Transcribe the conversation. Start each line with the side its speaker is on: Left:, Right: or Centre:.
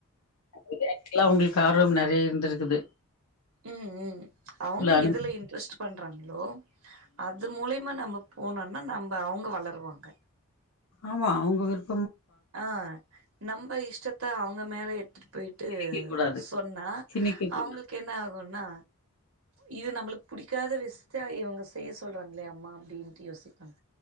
Left: விளையாட்ல உங்களுக்கு ஆர்வம் நிறைய இருந்திருக்குது
Right: உம் உம் அவங்க
Left: உள்ள அனுபவ
Right: எதுல இன்ட்ரெஸ்ட் பண்றாங்களோ அது மூலியமா நம்ம போனோம்னா நம்ம அவங்க வளருவாங்க
Left: ஆமா அவுங்க விர்
Right: ஆ நம்ம இஷ்ட அவுங்க மேல எத்து பேயிட்டு
Left: திணிக்க கூடாது
Right: சொன்னா
Left: திணிக்க கூடாது
Right: அவுங்களுக்கு என்ன ஆகும் ஏன்னா இது நம்மளுக்கு புடிக்காத விஷயத்த இவங்க செய்ய சொல்றாங்களே அம்மா அப்டின்ட்டு யோசிப்பேன்